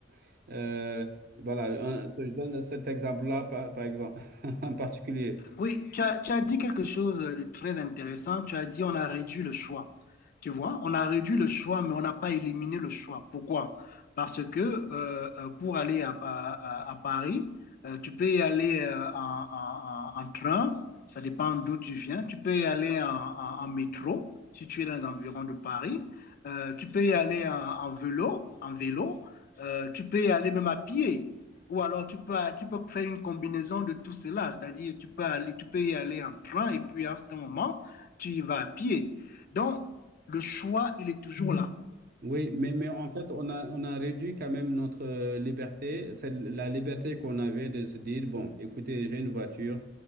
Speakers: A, on the right (about 50°); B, on the left (about 45°).
A: <laughs> euh, voilà, un- je donne cet exemple-là, par, par exemple, <laughs> en particulier.
B: Oui, tu as, tu as dit quelque chose de très intéressant. Tu as dit on a réduit le choix. Tu vois, on a réduit le choix, mais on n'a pas éliminé le choix. Pourquoi? Parce que euh, euh, pour aller à, à- à- à Paris, euh, tu peux y aller euh, en, en- en- en train, ça dépend d'où tu viens. Tu peux y aller en, en- en métro, si tu es dans les environs de Paris. Euh, tu peux y aller en, en vélo, en vélo. Euh, tu peux y aller même à pied. Ou alors tu peux, tu peux faire une combinaison de tout cela, c'est-à-dire tu peux aller, tu peux y aller en train et puis à ce moment, tu y vas à pied. Donc, le choix, il est toujours là.
A: Oui, mais, mais en fait, on a, on a réduit quand même notre euh, liberté. C'est la liberté qu'on avait de se dire, bon, écoutez, j'ai une voiture,